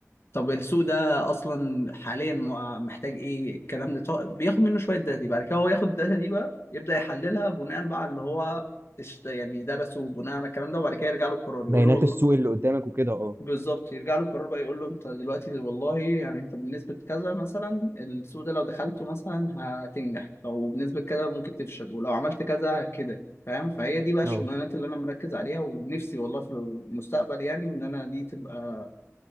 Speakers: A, on the left; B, on the right.
A: طب السوق ده اصلا حاليا م- محتاج ايه الكلام ده طب بياخد منه شويه داتا دي بعد كده هو ياخد الداتا دي بقى يبدا يحللها بناء بقى على اللي هو اشت- يعني درسه بناء على الكلام ده وبعد كده يرجع له القرار يقول
B: بيانات
A: له والله
B: السوق اللي قدامك وكده اه
A: بالظبط يرجع له القرار بقى يقول له انت دلوقتي والله يعني انت بنسبة كذا مثلا السوق ده لو دخلته مثلا هتنجح او بنسبة كذا ممكن تفشل ولو عملت كذا كده فاهم فهي دي بقى الشغلانات
B: اه
A: اللي انا مركز عليها ونفسي والله في المستقبل يعني ان انا دي تبقى